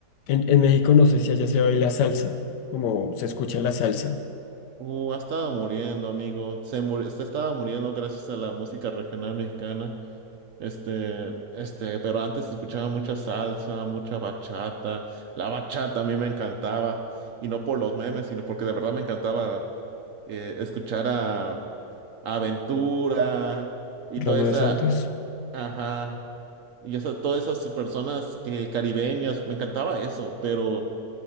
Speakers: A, on the left; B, on the right.
A: En, en México no sé si allá se baila salsa, como se escucha la salsa.
B: Uh, ha estado muriendo, amigo. Se, mur- se estaba muriendo gracias a la música regional mexicana. Este, este, pero antes escuchaba mucha salsa, mucha bachata. La bachata a mí me encantaba. Y no por los memes, sino porque de verdad me encantaba eh, escuchar a, a Aventura y
A: Romeo
B: toda esa,
A: Santos.
B: ajá, y esa, todas esas personas que caribeñas. Me encantaba eso, pero